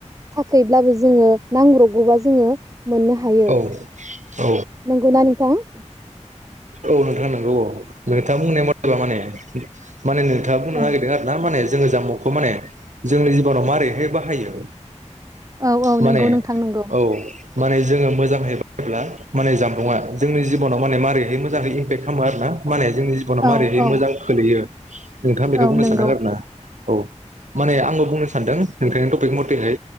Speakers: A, on the right (about 30°); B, on the right (about 80°).
A: थाखैब्लाबो जोङो नांब्रबगौबा जोङो मोननो हायो
B: औ औ
A: नंगौना? उम।
B: औ नोंथा नंगौ औ नोंथाङा बुंनाया मथेबा माने माने खोथा बुंनो
A: औ
B: नागिरदों आरो ना। माने जोङो जानबुंखौ माने जोंनि जिबनाव मारैहाय बाहायो?
A: औ औ नंगौ
B: माने
A: नोंथां नंगौ
B: औ माने जोङो मोजांहै ब्ला माने जानबुङा जोंनि जिबनाव माने मारैहाय मोन माजांहै इमपेक्त खालामो आरो न जोंनि जिब'नाव
A: औ
B: मारैहाय
A: औ
B: मोजां खोलैयो <inaudible> नोंथाङा बेखौ
A: औ
B: बुंनो
A: नंगौ
B: सानदों आरो ना औ माने आंबो बुंनो सानदों ओंखायनो तपिक मतेहै